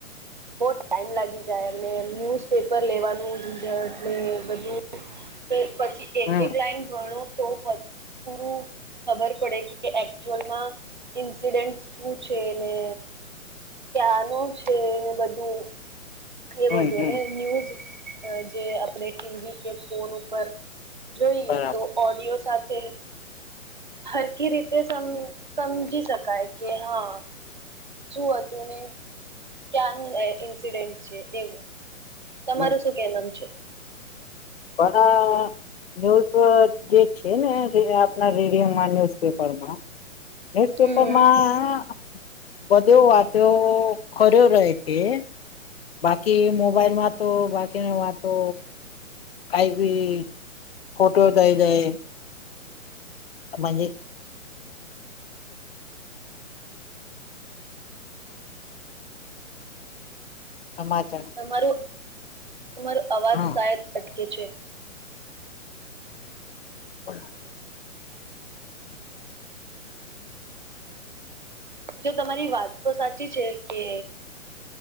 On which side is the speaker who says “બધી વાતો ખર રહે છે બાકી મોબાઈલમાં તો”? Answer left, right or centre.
Left